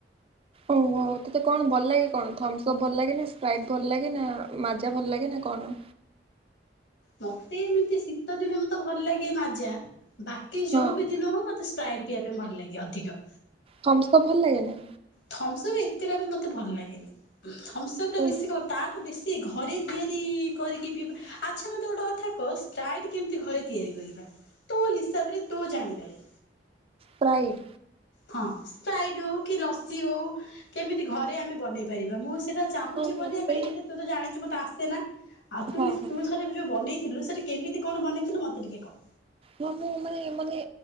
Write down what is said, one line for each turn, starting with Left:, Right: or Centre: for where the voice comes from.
Right: ଓହୋ ତତେ କଣ ଭଲ ଲାଗେ କଣ ଥମ୍ସ ଅପ୍ ଭଲ ଲାଗେ ନା ସ୍ପ୍ରାଇଟ୍ ଭଲ ଲାଗେ ନା ମାଜା ଭଲ ଲାଗେ ନା କଣ?
Left: ମତେ ଏମିତି ଶୀତ ଦିନେ ମତେ ଭଲ ଲାଗେ ମାଜା ବାକି ଯୋଉ
Right: ହଁ
Left: ବି ଦିନ ହୋଉ ମତେ ଫ୍ରାଇଡ୍ ପିଇବା ପାଇଁ ଭଲ ଲାଗେ ଅଧିକ।
Right: ଥମ୍ସପ୍ ଭଲ ଲାଗେନି?
Left: ଥମ୍ସପ୍ ଏତେଟା ବି ମତେ ଭଲ ଲାଗେନି ଥମ୍ସପ୍ ଟା
Right: ଓ
Left: ବେଶୀ କ ତା ବେଶୀ ଘରେ ତିଆରି କରିକି ପିଇବା ଆଚ୍ଛା ମୋତେ ଗୋଟେ କଥା କହ ଷ୍ଟାଇଟ୍ କେମିତି ଘରେ ତିଆରି କରିବା ତୋ ହିସାବ ରେ ତୁ ଜାଣିବାରେ
Right: ଫ୍ରାଇଟ୍
Left: ହଁ ଷ୍ଟାଇଡ ହଉ କି ଲସି ହଉ କେମିତି ଘରେ ଆମେ ବନେଇ ପାରିବା ମୁଁ ସେଇଟା ଚାହୁଁଛି
Right: ହଁ
Left: ବନେଇବା
Right: ମତେ
Left: ପାଇଁ ହେଲେ ତୁ ତ ଜାଣିଛୁ ମତେ ଆସେ ନା ଆଉ ତୁ
Right: ହଁ ହଁ
Left: ତୁୁ ଥରେ ଯଉ ବନେଇଥିଲୁ ସେଟି କେମିତି କଣ ବନେଇଥିଲୁ ମତେ ଟିକେ କହ?
Right: ହଁ -ମୁଁ ମାନେ- ମାନେ